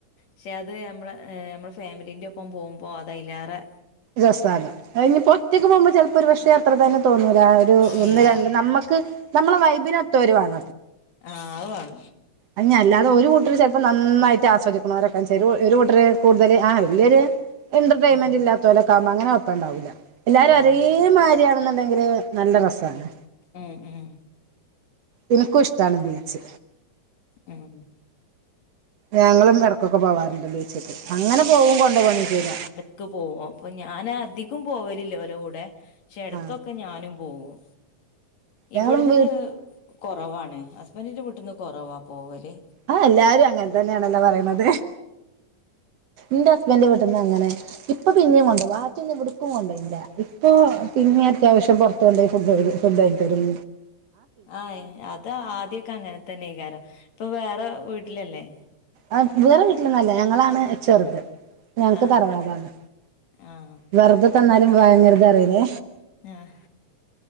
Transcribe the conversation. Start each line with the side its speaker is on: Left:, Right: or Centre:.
Left: ക്ഷെ അത് അമ്ള് അ അമ്മള് ഫാമിലിന്റ ഒപ്പം പോമ്പോ അതഅയ്ല്ലെറെ
Right: രസാണ് അത്ഞ്പ്പോ ഒറ്റക്ക് പോകുമ്പോ ചിലപ്പോ ഒരു പക്ഷേ അത്ര തന്നെ തോന്നൂല ഒരു
Left: ഇല്ല
Right: ഒന്ന് രണ്ട് നമ്മക്ക് നമ്മള വൈബിനൊത്തവരു വേണ
Left: ആ അത്വാണം
Right: അത്ഞ് അല്ലാതെ ഒരു കൂട്ടർ ചിലപ്പോം നന്നായിട്ട് ആസ്വദിക്കണവരൊക്കെ ചെ ഒരു കൂട്ടര് കൂടുതൽ ആ വല്യൊരു എന്റർടൈയിൻമെന്റ്
Left: ഉം
Right: ഇല്ലാത്തരൊക്കെ ആവുമ്പോ അങ്ങനെ ഒപ്പം ഉണ്ടാവില്ല എല്ലാരും
Left: ആഹ്
Right: ഒരേ മാതിരിയാണെന്നുണ്ടെങ്കില് നല്ല രസമാണ്
Left: എഹ് എഹ്
Right: എനിക്കും ഇഷ്ടമാണ് ബീച്ച്
Left: ഉം
Right: ഞങ്ങളും ഇടക്കൊക്കെ പോകറുണ്ട് ബീച്ചക്ക് അങ്ങനെ പോകും കൊണ്ട പോക ചെയ്ത
Left: ക്ക് പോകും അപ്പൊ ഞാൻ അധികം പോകലില്ല ഓലെ കൂടെ പക്ഷെ ഇടക്കൊക്കെ
Right: ആ
Left: ഞാനും പോവും
Right: ഞങ്ങളും
Left: ഇവിടുന്ന്
Right: വീ
Left: കുറവാണ് ഹസ്ബൻഡിന്റെ വീട്ടിൽന്ന് കുറവാ പോവല്
Right: അത് എല്ലാരും അങ്ങനെ തന്നെയണല്ലോ പറയുന്നത് ന്റെഹസ്ബൻ ന്റ്ന്ന് അങ്ങനെ ഇപ്പൊ പിന്നെയും കൊണ്ടോവും ബാക്കിയൊന്നും എവിടുക്കും കൊണ്ടോ ഇല്ല ഇപ്പ
Left: ഉം
Right: പിന്നെ അത്യാവശ്യ ത്തിന് പൊറത്ത്ണ്ടോയി ഫുഡ്‌ ഫുഡ് ങ്ങിതരും
Left: ആഹ് ഏ അത് ആദ്യൊക്കെ അങ്ങനെ തന്നെകാരം ഇപ്പൊ വേറെ വീട്ടിലല്ലേ
Right: അ വേറെ വീട്ടിലൊന്നല്ല ഞങ്ങളാണ് ചേർത് ഞങ്ങക്ക്
Left: ആഹ്
Right: തറവാടാണ്
Left: ആഹ്
Right: വെറുതെ തന്നാലും ഭയങ്കരത് അറിയില്ലേ
Left: ആഹ്